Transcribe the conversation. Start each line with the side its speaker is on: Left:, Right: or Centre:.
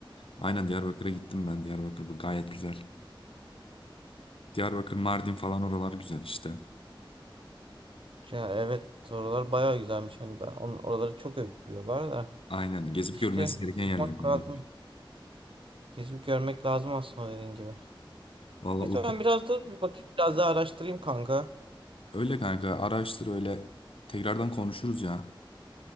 Left: Aynen Diyarbakır'a gittim ben. Diyarbakır bu gayet güzel. Diyarbakır, Mardin falan oralar güzel işte.
Right: Ya evet oralar bayağı güzelmiş. Hani ben on, oraları çok övüyorlar da.
Left: Aynen. Gezip
Right: işte
Left: görülmesi gereken yerlerden
Right: bakmak lazım.
Left: bence.
Right: Gezip görmek lazım aslında dediğin gibi.
Left: Valla
Right: Neyse
Left: Urfa.
Right: ben biraz da bir bakayım biraz daha araştırayım kanka.
Left: Öyle kanka. Araştır öyle. Tekrardan konuşuruz ya.